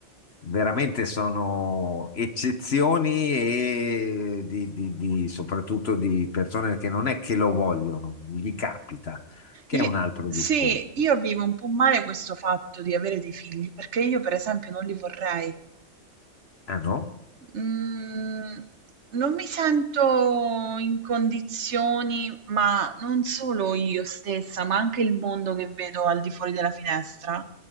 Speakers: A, on the left; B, on the right.
A: Veramente sono eccezioni e di- di- di- soprattutto di persone che non è che lo vogliono, gli capita, che
B: I
A: è un altro
B: sì,
A: discorso.
B: io vivo un po' male questo fatto di avere dei figli, perché io per esempio non li vorrei.
A: Ah no?
B: Mhmm, non mi sento in condizioni, ma non solo io stessa, ma anche il mondo che vedo al di fuori della finestra,